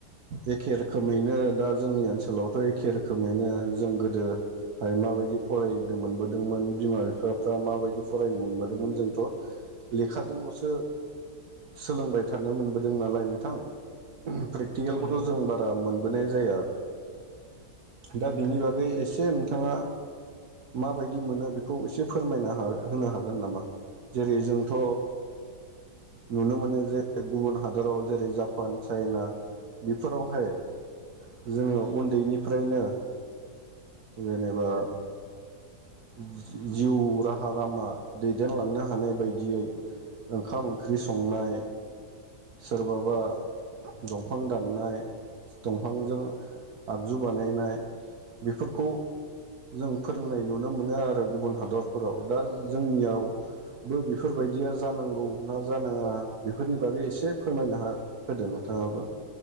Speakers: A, on the right; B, on the right.
A: एखे रोखोमैनो दा जोंनि ओनसोलावथ' एखे रोखोमैनो जों गोदोहाय माबायदि फरायदोंमोन मोनबोदोंमोन बिमा बिफाफ्रा माबायदि फरायनो मोनबोदोंमोन जोंथ' लेखाजोंल'सो सोलोंबाय थानो मोनबोदों नालाय थां प्रेकटिकेलखौथ'
B: नंगौ
A: जों बारा मोन बोनाय जाया दा
B: नंगौ
A: बिनि
B: औ
A: बागै ए ए नोंथाङा माबायदि मोनो बेखौ एसे फोरमायना होनो हागोन नामा जेरै जोंथ' नुनो मोनो जे गुबुन हादराव जेरै ज जापान चाइना बेफोरावहाय जोङो उन्दैनिफ्रायनो जेनेबा जि-जिउ राहा लामा दैदेनलांनो हानाय बायदियै ओंखाम ओंख्रि संनाय सोरबाबा दंफां दाननाय दंफांजों आगजु बानायनाय बेफोरखौ जों फोरोंनाय नुनो मोनो आरो गुबुन हादरफोराव दा जोंनियावबो बेफोरबायदिया जानांगौ ना जानाङा बेफोरनि बागै एसे फोरमायना हा-होदो नोंथाङाबो